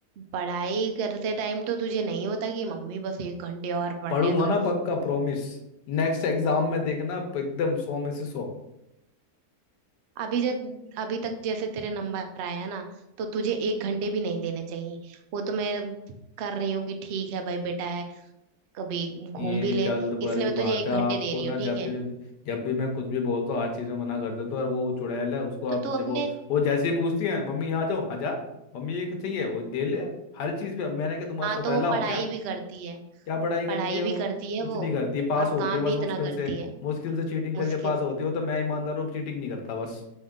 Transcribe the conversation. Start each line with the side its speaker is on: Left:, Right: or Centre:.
Right: पढ़ाई करते टाइम तो तुझे नहीं होता कि मम्मी बस एक घंटे और पढ़ने
Left: पढ़ूंगा
Right: दो
Left: ना पक्का प्रॉमिस नेक्स्ट एग्जाम में देखना एकदम सौ में से सौ
Right: अभी जब अभी तक जैसे तेरे नंबर आया ना तो तुझे एक घंटे भी नहीं देने चाहिए वो तो मैं कर रही हूँ कि ठीक है भाई बेटा है कभी घूम
Left: ये
Right: भी ले
Left: गलत
Right: इसलिए
Left: गलत
Right: मैं
Left: बात
Right: तुझे एक
Left: है आपको
Right: घंटे दे रही
Left: ना
Right: हूँ ठीक
Left: जब
Right: है
Left: भी जब भी मैं कुछ भी बोलता हूँ हर चीज़ में मना कर देता हूँ और वो चुड़ैल है उसको आप
Right: तो तू अपने
Left: जब वो वो जैसे ही पूछती है मम्मी यहाँ जाओ हाँ जा मम्मी ये चाहिए वो दे ले हर चीज़ पे मैंने कहा तुम्हारा
Right: हाँ
Left: सौतेला
Right: तो वो
Left: हूँ
Right: पढ़ाई
Left: क्या
Right: भी करती है
Left: क्या पढ़ाई करती
Right: पढ़ाई
Left: है
Right: भी
Left: वो
Right: करती है
Left: कुछ
Right: वो
Left: नहीं करती पास
Right: और
Left: होती
Right: काम
Left: है बस
Right: भी इतना
Left: मुश्किल
Right: करती
Left: से
Right: है
Left: मुश्किल से चीटिंग
Right: मुश्किल
Left: करके पास होती हो तो मैं ईमानदार हूँ चीटिंग नहीं करता बस